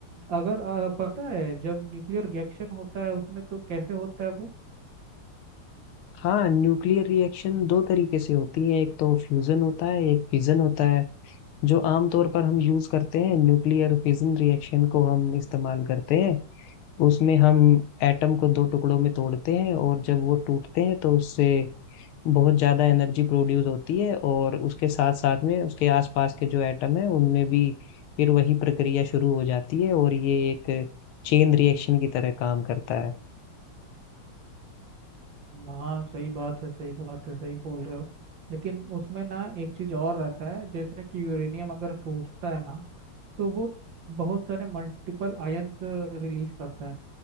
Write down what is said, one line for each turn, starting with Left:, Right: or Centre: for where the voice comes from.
Right: अगर आ, पता है जब न्यूक्लियर रिएक्शन होता है उसमें तो कैसे होता है
Left: हाँ न्यूक्लियर रिएक्शन दो तरीके से होती है एक तो फ्यूजन होता है एक फिजन होता है जो आमतौर पर हम यूज करते हैं न्यूक्लियर फिजन रिएक्शन को हम इस्तेमाल करते हैं उसमें हम एटम को दो टुकड़ों में तोड़ते हैं और जब वो टूटते हैं तो उससे बहुत ज्यादा एनर्जी प्रोड्यूस होती है और उसके साथ साथ में उसके आसपास के जो एटम है उनमें भी फिर वही प्रक्रिया शुरू हो जाती है और ये एक चेन रिएक्शन की तरह काम करता है
Right: हाँ सही बात है सही बात है सही बोल रहे हो लेकिन उसमें ना एक चीज और रहता है जैसे कि यूरेनियम अगर टूटता है ना तो वो बहुत सारे मल्टीपल आयन रिलीज करता है